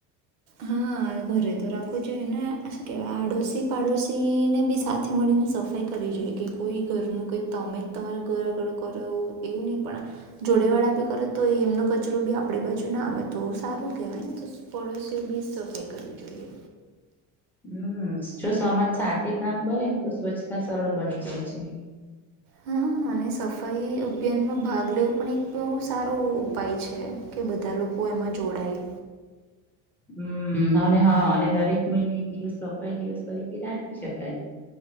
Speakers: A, on the right; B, in the centre.
A: હા, ઘરેતો રાખવું જોઈએને શું કેવાય આડોશી પાડોશીને બી સાથે મળી સફાઈ કરવી જોઈએ કે કોઈ ઘરનું કઈંક તમેજ તમારા ઘર આગળ કરો એવું ની પણ. જોડે વાળા બી કરે તો એમનો કચરો બી આપણી બાજુના આવે તો સારું કેવાય ને. પડોશીઓ બીજ સફાઈ કરવી જોઈએ.
B: હમ, જો સમાજ સાથે કામ કરેને તો સ્વચ્છતા સરળ બની જાય છે.
A: હમ, અને સફાઈ અભિયાનમાં ભાગ લેવું પણ એક બહુ સારો ઉપાય છે કે બધા લોકો એમાં જોડાય.
B: હમ, અને હા અને દરેક મહિને એક દિવસ સફાઈ દિવસ તરીકે રાખી શકાય.